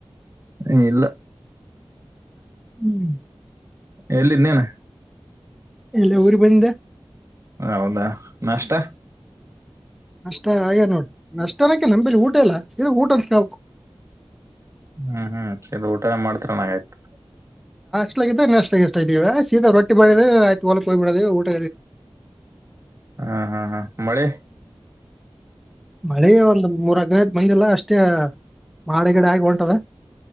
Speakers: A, on the right; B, in the centre.
A: ಹ ಇಲ್ಲ
B: ಹ್ಮ್
A: ಎಲ್ಲಿನ್ನೇನು
B: ಇಲ್ಲೇ ಊರು ಬಂದಿದೆ
A: ಹೌದಾ ನಷ್ಟ
B: ಅಷ್ಟ ಹಾಗೆ ನೋಡಿ ನಷ್ಟನಕ ನಂಬಿಲಿ ಊಟ ಇಲ್ಲ ಇದು ಊಟ ಅ
A: ಹ್ಮ್ ಹ್ಮ್ ಚೋಲ ಊಟ ಮಾಡ್ತರ ನಂಗ ಆಯ್ತು
B: ಹಿತ್ಲಾಗ ನೆಷ್ಟ ಎಷ್ಟ ಇದೀವ ಸೀದಾ ರೊಟ್ಟಿ ಬಡೆದು ಆಯತು ಹೊಲ್ಕ್ಕೆ ಹೋಗ್ ಬಿಡದು ಊಟ
A: ಹಾ ಹಾ ಹಾ ಮಳೆ
B: ಮಳೆ ಒಂದ್ ಮೂರ್ ಹದನೈದ ಮಂದಿಲ್ಲ ಅಷ್ಟೇ ಮಾಡಗಿಡ ಆಗಿ ಹೊಂಟದ